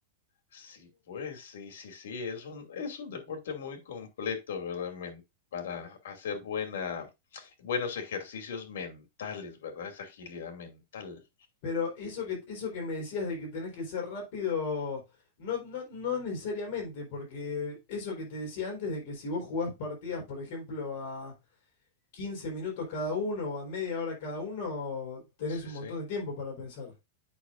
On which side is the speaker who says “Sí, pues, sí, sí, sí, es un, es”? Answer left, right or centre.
Left